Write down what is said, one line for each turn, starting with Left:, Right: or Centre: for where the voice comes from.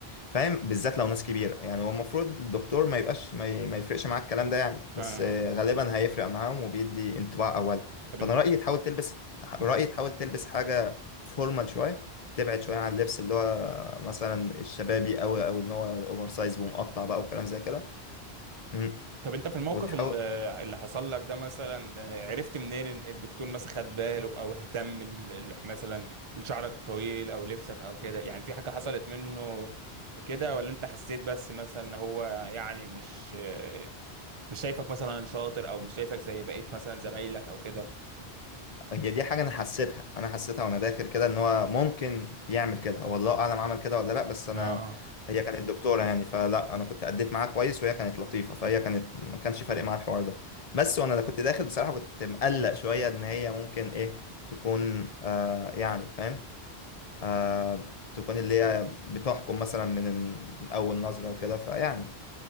Left: فاهم بالذات لو ناس كبيره يعني هو المفروض الدكتور ما يبقاش ما, ي... ما يفرقش معاك الكلام ده يعني
Right: آه.
Left: بس آه، غالبا هيفرق معاهم وبيدي انطباع اولي
Right: طب
Left: فانا
Right: انت
Left: رايي تحاول تلبس
Right: <laughs>
Left: رايي تحاول تلبس حاجه فورمال شويه تبعد شويه عن اللبس اللي هو مثلا الشبابي قوي او ان هو اوفر سايز ومقطع بقى وكلام زي كده مم.
Right: طب انت في الموقف
Left: وتحاول
Right: ال- اللي حصل لك ده مثلا آه، عرفت منين ان الدكتور مثلا خد باله او اهتم ال- ال- مثلا لشعرك الطويل او لبسك او كده يعني في حاجة حصلت منه كده ولا انت حسيت بس مثلا ان هو يعني مش آه، مش شايفك مثلا شاطر او مش شايفك زي بقية مثلا زمايلك او كده
Left: هي دي حاجة أنا حسيتها أنا حسيتها وأنا داخل كده إن هو ممكن يعمل كده هو الله أعلم عمل كده ولا لأ بس أنا
Right: اه
Left: هي كانت دكتورة يعني فلا أنا كنت أديت معاها كويس وهي كانت لطيفة فهي كانت ما كانش فارق معاها الحوار ده بس وأنا كنت داخل بصراحة كنت مقلق شوية إن هي ممكن إيه تكون آه يعني فاهم آه تكون اللي هي بتحكم مثلا من أول نظرة وكده فيعني